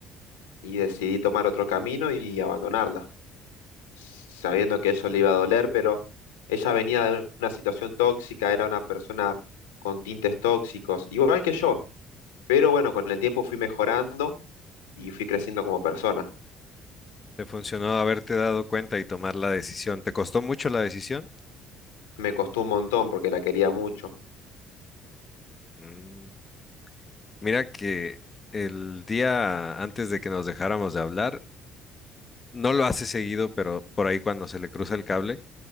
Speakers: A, on the left (about 75°); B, on the left (about 30°).
A: y decidí tomar otro camino y abandonarla. sabiendo que eso le iba a doler, pero ella venía de una situación tóxica, era una persona con tintes tóxicos, igual que yo, pero bueno, con el tiempo fui mejorando y fui creciendo como persona.
B: ¿Te funcionó haberte dado cuenta y tomar la decisión? ¿Te costó mucho la decisión?
A: Me costó un montón porque la quería mucho.
B: Mm. Mira que el día antes de que nos dejáramos de hablar, No lo hace seguido, pero por ahí cuando se le cruza el cable,